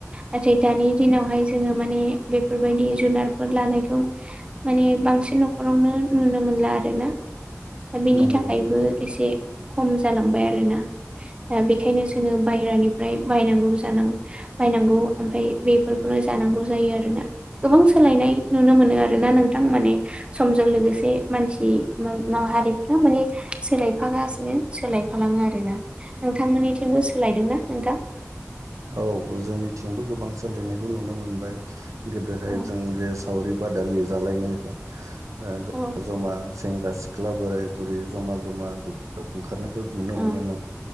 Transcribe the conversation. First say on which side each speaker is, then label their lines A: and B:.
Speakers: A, on the right; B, on the right.
A: नाथाय दानि दिनावहाय जोङो माने बेफोर बायदि जुनारफोर लानायखौ माने बांसिन नख'रावनो नुनो मोनला आरो ना। दा बेनि
B: नंगौ
A: थाखायबो
B: नोंथां
A: एसे खम जालांबाय आरोना दा बेखायनो जोङो बाहेरानिफ्राय बायनानै जानांगौ बायनांगौ ओमफ्राय बेफोरखौनो जानांगौ जायो आरोना गोबां सोलायनाय नुनो मोनो आरोना नोंथां माने समजों लोगोसे मानसि माहारिफ्रा माने सोलायफागासिनो सोलायफालाङो आरोना नोंथांमोननिथिंबो सोलाय दोंना नोंथां
B: औ जोंनिथिंबो गोबां सोलायनायखौ नुनो मोनबाय गोदोहाय
A: औ
B: जों जे सावरि बादालि जालायनायमोन ओ
A: औ
B: जमा सेंग्रा सिख्ला बोराइ बुरै जमा जमा दुब्लियाव ओंखारनायखौ नुनो
A: औ
B: मोनोमोन